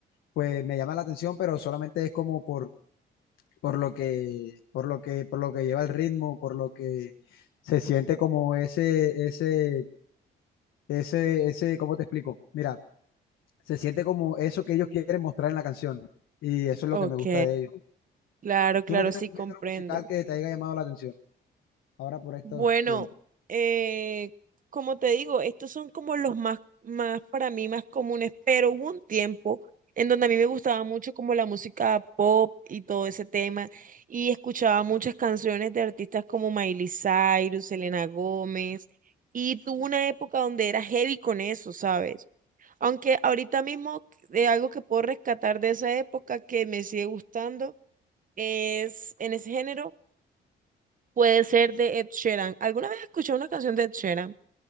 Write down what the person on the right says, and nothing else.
Ok,
claro, claro,
sí
comprendo.
Bueno,
eh, como te digo, estos son como los más, más para mí más comunes, pero hubo un tiempo en donde a mí me gustaba mucho como la música pop y todo ese tema, y escuchaba muchas canciones de artistas como Miley Cyrus, Selena Gómez, y tuve una época donde era heavy con eso, ¿sabes? Aunque ahorita mismo de algo que puedo rescatar de esa época que me sigue gustando es en ese género Puede ser de Ed Sheeran. ¿Alguna vez escuché una canción de Ed Sheeran?